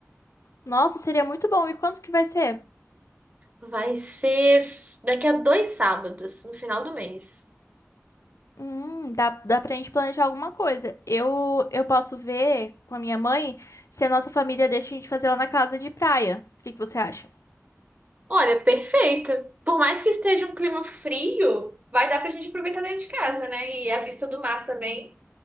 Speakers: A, on the left; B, on the right.
A: Nossa, seria muito bom. E quando que vai ser?
B: Vai ser f- daqui a dois sábados, no final do mês.
A: Hum, dá, dá pra gente planejar alguma coisa. Eu, eu posso ver com a minha mãe se a nossa família deixa a gente fazer lá na casa de praia. O que que você acha?
B: Olha, perfeito. Por mais que esteja um clima frio, vai dar pra gente aproveitar dentro de casa, né? E a vista do mar também,